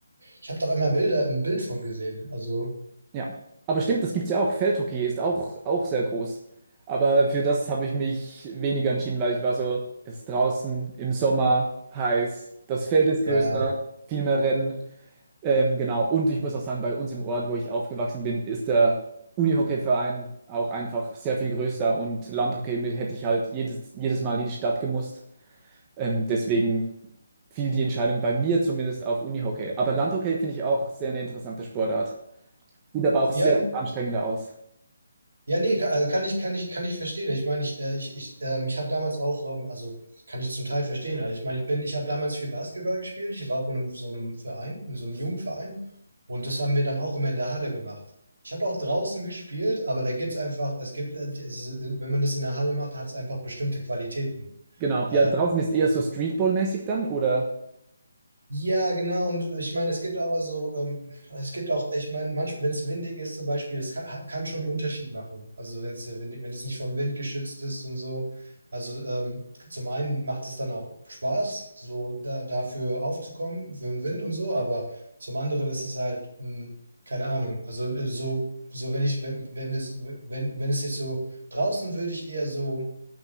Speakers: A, on the right; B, on the right.
A: Ich habe doch einmal Bilder im Bild von gesehen. Also,
B: Ja, aber stimmt, das gibt's ja auch. Feldhockey ist auch, auch sehr groß. Aber für das habe ich mich weniger entschieden, weil ich war so, es ist draußen im Sommer heiß, das Feld ist größer,
A: ja.
B: viel mehr Rennen. Ähm, genau. Und ich muss auch sagen, bei uns im Ort, wo ich aufgewachsen bin, ist der Unihockeyverein auch einfach sehr viel größer und Landhockey mit- hätte ich halt jedes, jedes Mal in die Stadt gemusst. Ähm, deswegen fiel die Entscheidung bei mir zumindest auf Unihockey. Aber Landhockey finde ich auch sehr eine interessante Sportart. Sieht aber auch
A: Ja,
B: sehr
A: n-
B: anstrengender aus.
A: ja, nee, kann, also kann ich, kann ich, kann ich verstehen. Ich meine, ich, äh, ich, ich, ähm, ich habe damals auch, ähm, also kann ich zum Teil verstehen. Also ich meine, ich bin, ich habe damals viel Basketball gespielt. Ich war auch in einem, so einem Verein, in so einem jungen Verein. Und das haben wir dann auch immer in der Halle gemacht. Ich habe auch draußen gespielt, aber da gibt's einfach, es gibt, äh, die- es, ist- wenn man das in der Halle macht, hat's einfach bestimmte Qualitäten.
B: Genau.
A: Äh,
B: Ja, draußen ist eher so Streetball-mäßig dann, oder?
A: Ja, genau. Und ich meine, es gibt auch also, ähm, es gibt auch, ich meine, manchmal, wenn es windig ist zum Beispiel, es kann, kann schon einen Unterschied machen. Also wenn es windig, wenn es nicht vom Wind geschützt ist und so. Also ähm, zum einen macht es dann auch Spaß, so da, dafür aufzukommen, für den Wind und so, aber zum anderen ist es halt, mh, keine Ahnung. Also äh, so, so wenn ich, wenn, wenn wir, wenn, wenn es jetzt so draußen würde ich eher so